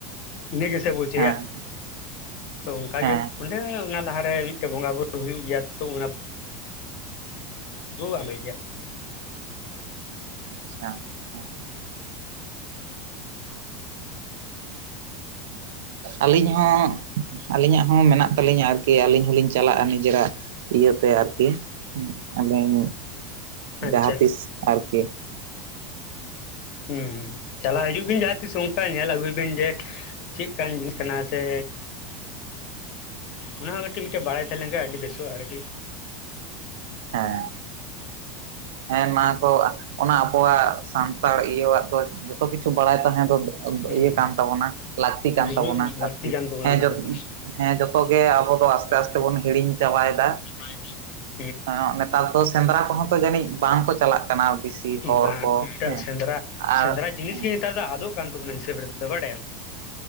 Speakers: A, on the left (about 55°); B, on the right (about 80°).
A: ᱤᱱᱟᱹ ᱜᱮ ᱥᱮ ᱵᱚ ᱪᱟᱹᱭᱟ
B: ᱦᱮᱸ
A: ᱛᱚ ᱚᱱᱠᱟᱜᱮ
B: ᱦᱮᱸ
A: ᱚᱸᱰᱮ ᱚᱱᱟ ᱞᱟᱦᱟᱨᱮ ᱢᱤᱫ ᱢᱤᱫᱴᱮᱱ ᱵᱚᱸᱜᱟ ᱵᱳᱨᱳ ᱦᱩᱭᱩᱜ ᱜᱮᱭᱟ ᱛᱚ ᱚᱱᱟ ᱟᱞᱟᱹᱭ ᱜᱮᱭᱟ
B: ᱟᱪᱪᱷᱟ ᱦᱮᱸ ᱟᱹᱞᱤᱧ ᱦᱚᱸ ᱟᱹᱞᱤᱧᱟᱜ ᱦᱚᱸ ᱢᱮᱱᱟᱜ ᱛᱟᱹᱞᱤᱧ ᱟᱨᱠᱤ ᱟᱹᱞᱤᱧ ᱦᱚᱞᱤᱧ ᱪᱟᱞᱟᱜᱼᱟ ᱱᱤᱡᱮᱨᱟᱜ ᱤᱭᱟᱹᱛᱮ ᱟᱨᱠᱤ ᱟᱹᱞᱤᱧ
A: ᱟᱪᱪᱷ
B: ᱡᱟᱦᱟᱸ ᱛᱤᱥ ᱟᱨᱠᱤ
A: ᱦᱮᱸ ᱦᱮ ᱪᱟᱞᱟᱣ ᱦᱤᱡᱩᱜ ᱵᱤᱱ ᱡᱟᱦᱟᱸ ᱛᱤᱥ ᱚᱱᱠᱟ ᱧᱮᱞ ᱟᱹᱜᱩᱭ ᱵᱤᱱ ᱡᱮ ᱪᱮᱫ ᱠᱟᱱ ᱡᱤᱱᱤᱥ ᱠᱟᱱᱟ ᱥᱮ ᱚᱱᱟ ᱦᱚᱸ ᱠᱟᱹᱴᱤᱡ ᱢᱤᱫᱴᱮᱱ ᱵᱟᱲᱟᱭ ᱛᱟᱦᱮᱸ ᱞᱮᱱ ᱠᱷᱟᱱ ᱟᱹᱰᱤ ᱵᱮᱥᱚᱜᱼᱟ ᱟᱨᱠᱤ
B: ᱦᱮᱸ ᱦᱮᱸ ᱦᱮ ᱢᱟ ᱛᱚ ᱚᱱᱟ ᱠᱚᱣᱟᱜ ᱥᱟᱱᱛᱟᱲ ᱤᱭᱟᱹᱣᱟᱜ ᱫᱚ ᱡᱚᱛᱚ ᱠᱤᱪᱷᱩ ᱵᱟᱲᱟᱭ ᱛᱟᱦᱮᱸ ᱫᱚ
A: ᱦᱩᱸ
B: ᱤᱭᱟᱹ ᱠᱟᱱ ᱛᱟᱵᱚᱱᱟ ᱞᱟᱹᱠᱛᱤ ᱠᱟᱱ
A: ᱡᱟᱹᱨᱩᱲ
B: ᱛᱟᱵᱚᱱᱟ
A: ᱞᱟᱹᱠᱛᱤ
B: ᱟᱨᱠᱤ
A: ᱠᱟᱱ ᱛᱟᱵᱚᱱᱟ
B: ᱦᱮᱸ
A: ᱚᱱᱟ
B: ᱡᱚ
A: ᱠᱚᱫᱚ
B: ᱦᱮᱸ ᱡᱚᱛᱚ ᱜᱮ ᱟᱵᱚ ᱫᱚ ᱟᱥᱛᱮ ᱟᱥᱛᱮ ᱵᱚᱱ ᱦᱤᱲᱤᱧ ᱪᱟᱵᱟᱭ ᱫᱟ
A: <unintelligible>
B: ᱮ ᱱᱮᱛᱟᱨ ᱫᱚ ᱥᱮᱸᱫᱽᱨᱟ ᱠᱚᱦᱚᱸ ᱛᱚ ᱡᱟᱹᱱᱤᱡ ᱵᱟᱝ ᱠᱚ ᱪᱟᱞᱟᱜ ᱠᱟᱱᱟ ᱵᱮᱥᱤ ᱦᱚᱲ
A: ᱵᱟᱝ
B: ᱠᱚ
A: ᱠᱷᱩᱵᱴᱟ
B: ᱦᱮᱸ
A: ᱥᱮᱸᱫᱽᱨᱟ
B: ᱟᱨ
A: ᱥᱮᱸᱫᱽᱨᱟ ᱡᱤᱱᱤᱥ
B: ᱦᱮᱸ
A: ᱜᱮ ᱱᱮᱛᱟᱨ ᱫᱚ ᱟᱫᱚᱜ ᱠᱟᱱ ᱛᱟᱵᱚᱱᱟ ᱦᱤᱥᱟᱹᱵ ᱨᱮᱫᱚ ᱵᱟᱰᱟᱭᱟᱢ